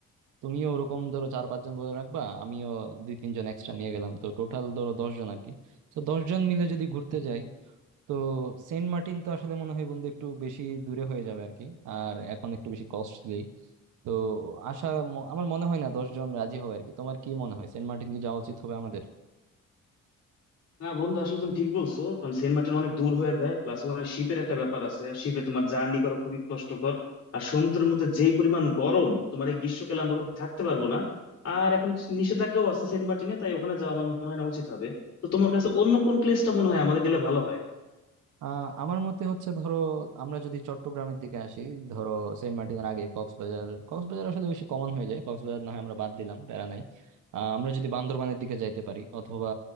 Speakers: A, on the right; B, on the left.
A: তুমিও ওরকম ধরো চার পাঁচজন বলে রাখবা আমিও দুই তিনজন এক্সট্রা নিয়ে গেলাম তো টোটাল ধরো দশ জন আর কি তো দশ জন মিলে যদি ঘুরতে যাই তো সেন্ট মার্টিন তো আসলে মনে হয় বন্ধু একটু বেশি দূরে হয়ে যাবে আর কি আর এখন একটু বেশি কস্টলি তো আশা ম- আমার মনে হয় না দশ জন রাজি হবে আর কি তোমার কি মনে হয় সেন্ট মার্টিন কি যাওয়া উচিত হবে আমাদের
B: না বন্ধু আসলে তুমি ঠিক বলছো কারণ সেন্ট মার্টিন অনেক দূর হয়ে যায় প্লাস ওখানে শিপের একটা ব্যাপার আছে আর শিপে তোমার জার্নি করা খুবই কষ্টকর আর সমুদ্রের মধ্যে যেই পরিমাণ গরম তোমার এই গ্রীষ্মকালে আমরা ওখানে থাকতে পারবো না আর এখন কিছু নিষেধাজ্ঞাও আছে সেন্ট মার্টিনে তাই ওখানে যাওয়া আমার মনে হয় না উচিত হবে তো তোমার কাছে অন্য কোন প্লেসটা মনে হয় আমাদের গেলে ভালো হয়
A: আহ আমার মতে হচ্ছে ধরো আমরা যদি চট্টগ্রামের দিকে আসি ধরো সেন্ট মার্টিনের আগে কক্সবাজার কক্সবাজার আসলে বেশি কমন হয়ে যায় কক্সবাজার না হয় আমরা বাদ দিলাম প্যারা নাই আহ, আমরা যদি বান্দরবানের দিকে যাইতে পারি অথবা